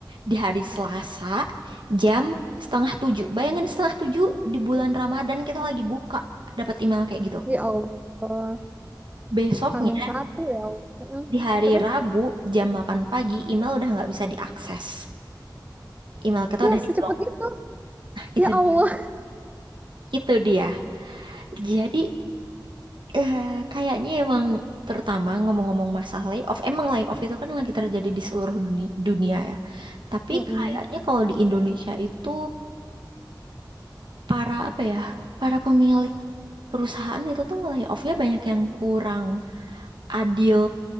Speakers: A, on the right; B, on the right.
A: di hari Selasa jam setengah tujuh. Bayangin setengah tujuh di bulan Ramadan kita lagi buka dapat email kayak gitu.
B: Ya Allah,
A: Besoknya
B: Hamin satu ya Allah. Mm.
A: di hari
B: Terus
A: Rabu jam 8 pagi email udah nggak bisa diakses. Email kita
B: ya
A: udah
B: secepat
A: diblok.
B: itu.
A: Itu
B: Ya Allah.
A: dia. Itu dia. Jadi eh, kayaknya emang terutama ngomong-ngomong masalah layoff, emang layoff itu kan lagi terjadi di seluruh duni- dunia ya. Tapi
B: Mm, mm,
A: kayaknya kalau di Indonesia itu para apa ya, para pemilik perusahaan itu tuh nge-layoff-nya banyak yang kurang adil